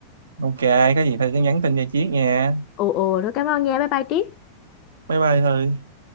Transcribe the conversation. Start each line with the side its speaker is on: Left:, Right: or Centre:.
Right: ok có gì thôi cứ nhắn tin cho Chiết nha
Left: Ồ ồ, thôi cảm ơn nha. Bye bye Triết.
Right: bye bye Thư